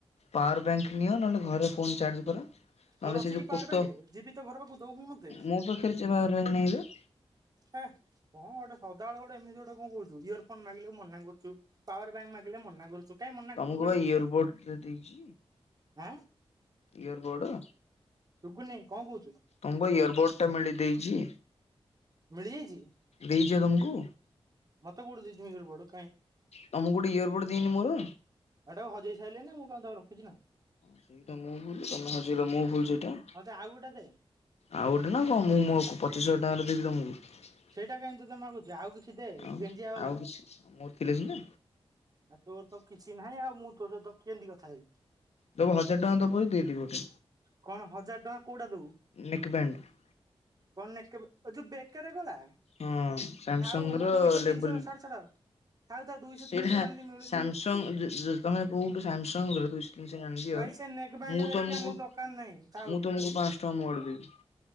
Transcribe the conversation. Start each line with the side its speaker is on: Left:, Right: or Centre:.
Left: ପାୱାର ବ୍ୟାଙ୍କ ନିଅ ନହେଲେ ଘରେ ଫୋ ଚାର୍ଜ ନହେଲେ
Right: ତୋର ଅଛି
Left: ସେ ଯୋଉ
Right: କି ପାୱାର
Left: କୋତ
Right: ବ୍ୟାଙ୍କ ଯିବି ତୋ ଘର ପାଖକୁ ଦବୁ ମତେ
Left: ମୋ ପାଖରେ ସେ <inaudible> ନାଇଁ ବା।
Right: ହେ କଣ ଗୋଟେ ସଦାବେଳେ ଗୋଟେ ଏମିତି ଗୋଟେ କଣ କହୁଛୁ ଇୟର ଫୋନ ମାଗିଲେ ମନା କରୁଛୁ। ପାୱାର ବ୍ୟାଙ୍କ ମାାଗିଲ ମନା କରୁଛୁ। କାଇଁ ମନା କରୁଛୁ
Left: ତମକୁ
Right: କହିଲୁ
Left: ବା ଇୟରବୋର୍ଡ ଟେ ଦେଇଛି
Right: ଆଁ
Left: ଇୟରବୋର୍ଡ।
Right: ସୁବୁନି କଣ କହୁଛୁ?
Left: ତୁମକୁ ଇୟରବୋର୍ଟଟା ମିଳି ଦେଇଛି।
Right: ମିଳିଯାଇଛି।
Left: ଦେଇଛି ବା ତମକୁ।
Right: ମତ କୁଉଠୀ ଦେଇଚୁ ମ ଇଆରବୋର୍ଡ।
Left: ତମକୁ ଗୋଟେ ଇୟରପୋର୍ଟ ଦେଇନି ମୋର?
Right: ହେଇଟାକୁ ହଜେଇ ସାରିଲି ନା ମୁଁ କଁରେ ରଖଛି ନା।
Left: ସେଇଟା ମୁଁ ଭୁଲ ତମେ ହଜିଲ ମୁଁ ଭୁଲ ସେଇଟା।
Right: ହ ଯେ ଆଉ ଗୋଟେ ଦେ।
Left: ଆଉ ଗୋଟେ ନା କଣ ମୁଁ ମୋ ପଚିଶ ହଜାର ଟଙ୍କାରେ ଦେବି ତମକୁ।
Right: ସେଇଟା କାଇ ତୋତେ ମାଗୁଛ ଆଉ କିଛି ଦେ
Left: ଆଉ
Right: ଗେଞ୍ଜିଆ ବାଲା।
Left: ଆଉ କିଛି ମୋର ଥିଲେ ସିନା
Right: ଆଉ ତୋର ତ କିଛି ନାହିଁ ଆଉ ମୁଁ ତୋ ସହିତ କେମିତି କଥା ହେବି?
Left: ଦବୁ ହଜାର ଟଙ୍କା ଦବୁ ଯଦି ଦେଇଦେବି ଗୋଟେ
Right: କଣ ହଜାର ଟଙ୍କା କୋଉଟା ଦବୁ
Left: ନେକ୍ ବ୍ୟାଣ୍ଡ।
Right: କଣ ନ କେ ଯୋଉ ବେକାର ଗଳା।
Left: ହଁ ସାମସଙ୍ଗ
Right: ଥାଉ ମୁଁ
Left: ର
Right: ଦୁଇଶହ ତିନିଶହ
Left: ଲେବୁଲ
Right: ଛାଡ ଛାଡ ଥାଉ ଥାଉ ଦୁଇଶହ
Left: ସେଇଟା
Right: ତିନିଶହ ଏମିତି ମିଳୁଛି
Left: ସାମସଙ୍ଗ ଯୁ ଯୁ ତମେ କୋଉଠୁ ସାମସଙ୍ଗ ର ଦୂ <unintelligible>
Right: ଭାଇ ସେ ନେକ୍ ବ୍ୟାଣ୍ଡ
Left: ମୁଁ
Right: ହେରିକା
Left: ତମକୁ
Right: ମୋ
Left: ମୁଁ
Right: ଦରକାର ନାହିଁ ଥାଉ
Left: ତମକୁ ପାଂଶ ଟଙ୍କା ମୋଆଡୁ ଦେବୀ।